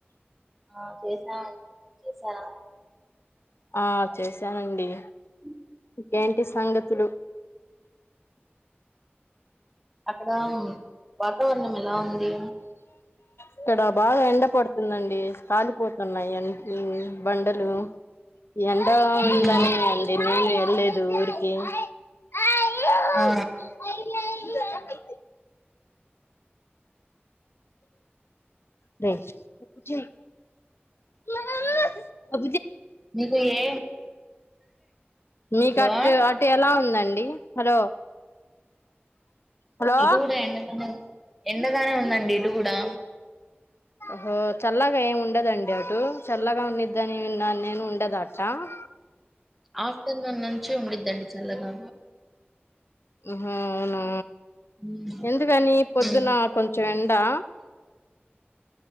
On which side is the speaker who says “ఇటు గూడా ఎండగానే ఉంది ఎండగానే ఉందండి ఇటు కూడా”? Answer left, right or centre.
Centre